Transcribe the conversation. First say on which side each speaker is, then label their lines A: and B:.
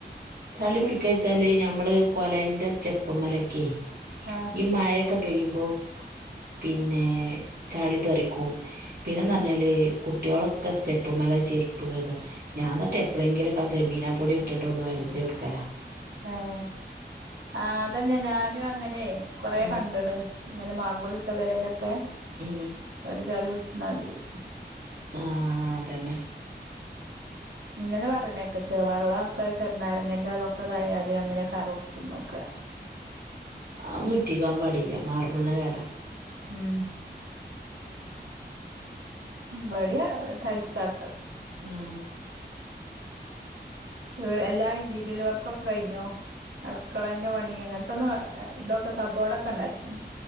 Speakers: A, on the right; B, on the right.
A: ചളി പിടിക്ക വച്ചാല് ഞമ്മള് കൊലയിന്റെ സ്റ്റെപ്പു മേലൊക്കെയ്
B: ആഹ്
A: മഴൊക്കെ പെയ്യുമ്പോ പിന്നെ ചളി തെറിക്കും പിന്നെന്നറിഞ്ഞാല്
B: ആഹ്
A: കുട്ട്യോളൊക്കെ സ്റ്റെപ്പ്മല ചെരി പ്പ് കയ്കാൻ ഞാന്നിട്ട് എപ്പഴെങ്കിലൊക്കെ സെബീനാ പൊടി ഇട്ടിട്ട് ഒന്നു ഒരുതി എടുക്കലാ
B: ആഹ് ആഹ് അതന്നെ ഞാനും അങ്ങനെ കൊറേ
A: ഉം
B: കണ്ടണ് ഇങ്ങനെ മാർബളിട്ട പൊരയിലൊക്കെ
A: ഉം
B: ഒരു ചളി പിടിച്ചമാതിരി
A: ആഹ് അതന്നെ
B: ഇങ്ങനെ പറയുന്നേക്കെ ചെ വെള്ളോക്കെ ചെറുനാരങ്ങിന്റെ അതൊക്കെതായാലും അങ്ങനെ കറോടിച്ചന്നൊക്കെ
A: ആനൊറ്റിക്കാൻ പാടില്ല മാർബിളിന് കേട
B: ഉം ഇബടിയ ടൈൽസട്ടെ
A: ഉം
B: വീട് എല്ലാ ഇന്റീരിയൽ വർക്കൊക്കെ കഴിഞ്ഞോ അടുക്കളന്റെ പണി അങ്ങനത്തന്നും ഇതൊക്കെ കബോർഡൊക്കെ ഇണ്ടാക്കിനോ